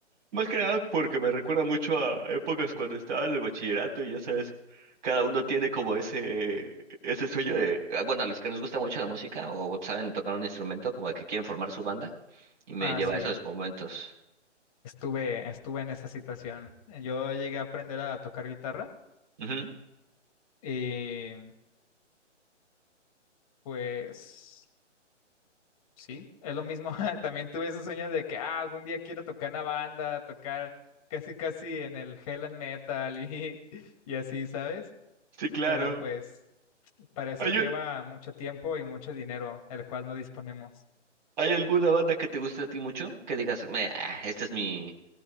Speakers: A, on the right; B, on the left.
A: Más que nada porque me recuerda mucho a épocas cuando estaba en el bachillerato y ya sabes, cada uno tiene como ese, ese sueño de, Ah, Bueno, a los que nos gusta mucho la música o saben tocar un instrumento, como que quieren formar su banda, y me
B: Ah,
A: lleva
B: sí,
A: a esos momentos.
B: estuve, estuve en esa situación. Yo llegué a aprender a tocar guitarra
A: Ujú.
B: y pues Sí, es lo mismo. <laughs> También tuve esos sueños de que ah, algún día quiero tocar una banda, tocar casi casi en el Hell and Metal <laughs> y, y así, ¿sabes?
A: sí, claro.
B: Pero pues para eso
A: ¿Hay,
B: lleva mucho tiempo y mucho dinero, el cual no disponemos.
A: hay alguna banda que te guste a ti mucho? Que digas, me, ah, este es mi,